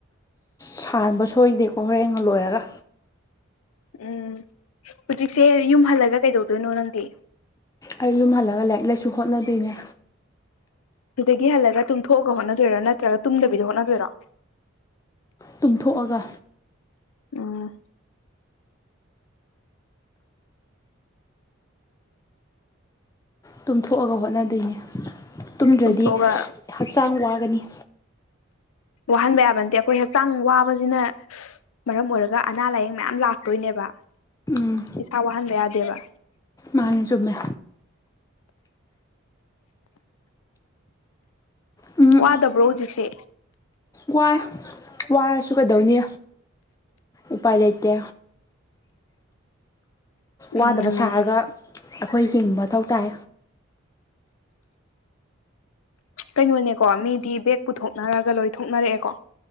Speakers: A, on the left; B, on the left.
A: ꯁꯥꯟꯕ ꯁꯣꯏꯗꯦꯀꯣ ꯍꯣꯔꯦꯟ ꯂꯣꯏꯔꯒ
B: ꯎꯝ ꯍꯧꯖꯤꯛꯁꯦ ꯌꯨꯝ ꯍꯜꯂꯒ ꯀꯩꯗꯧꯗꯣꯏꯅꯣ ꯅꯪꯗꯤ
A: ꯑꯩ ꯌꯨꯝ ꯍꯜꯂꯒ ꯂꯥꯏꯔꯤꯛ ꯂꯥꯏꯁꯨ ꯍꯣꯠꯅꯗꯣꯏꯅꯦ
B: ꯑꯗꯨꯗꯒꯤ ꯍꯜꯂꯒ ꯇꯨꯝꯊꯣꯛꯒ ꯍꯣꯠꯅꯗꯣꯏꯔꯣ ꯅꯠꯇ꯭ꯔꯒ ꯇꯨꯝꯗꯕꯤꯗ ꯍꯣꯠꯅꯗꯣꯏꯔꯣ
A: ꯇꯨꯝꯊꯣꯛꯑꯒ
B: ꯎꯝ
A: ꯇꯨꯝꯊꯣꯛꯑꯒ ꯍꯣꯠꯅꯗꯣꯏꯅꯤ ꯇꯨꯝꯗ꯭ꯔꯗꯤ
B: ꯇꯨꯝꯊꯣꯛꯑꯒ
A: ꯍꯛꯆꯥꯡ ꯋꯥꯒꯅꯤ
B: ꯋꯥꯍꯟꯕ ꯌꯥꯕ ꯅꯠꯇꯦ ꯑꯩꯈꯣꯏ ꯍꯛꯆꯥꯡ ꯋꯥꯕꯁꯤꯅ ꯃꯔꯝ ꯑꯣꯏꯔꯒ ꯑꯅꯥ ꯂꯥꯏꯌꯦꯡ ꯃꯌꯥꯝ ꯂꯥꯛꯇꯣꯏꯅꯦꯕ
A: ꯎꯝ
B: ꯏꯁꯥ ꯋꯥꯍꯟꯕ ꯌꯥꯗꯦꯕ
A: ꯀꯅꯤ ꯆꯨꯝꯃꯦ ꯎꯝ
B: ꯋꯥꯗꯕ꯭ꯔꯣ ꯍꯧꯖꯤꯛꯁꯦ
A: ꯋꯥꯏ ꯋꯥꯔꯁꯨ ꯀꯩꯗꯧꯅꯤ ꯎꯄꯥꯏ ꯂꯩꯇꯦ
B: ꯎꯝ
A: ꯋꯥꯗꯕ ꯁꯥꯔꯒ ꯑꯩꯈꯣꯏ ꯍꯤꯡꯕ ꯃꯊꯧ ꯇꯥꯏ
B: ꯀꯩꯅꯣꯅꯦꯀꯣ ꯃꯤꯗꯤ ꯕꯦꯛ ꯄꯨꯊꯣꯛꯅꯔꯒ ꯂꯣꯏ ꯊꯣꯛꯅꯔꯛꯑꯦꯀꯣ